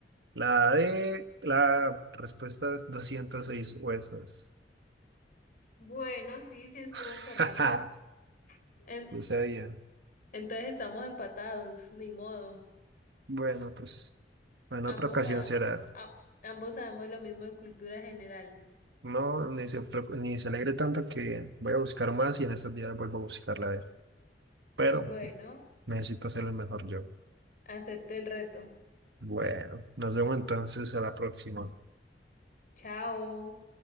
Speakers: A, on the right; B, on the left.
A: La de la respuesta es 206 huesos.
B: Bueno, sí, sí estuvo
A: <laughs>
B: correcto. En-
A: No sabía.
B: entonces estamos empatados, ni modo.
A: Bueno, pues en
B: Ambos,
A: otra ocasión
B: sa-
A: será.
B: a- ambos sabemos lo mismo de cultura general.
A: No, ni se, preocu- ni se alegre tanto que voy a buscar más y en estos días vuelvo a buscarla a ver. Pero
B: Bueno,
A: necesito hacerlo mejor yo.
B: acepto el reto.
A: Bueno, nos vemos entonces a la próxima.
B: Chao.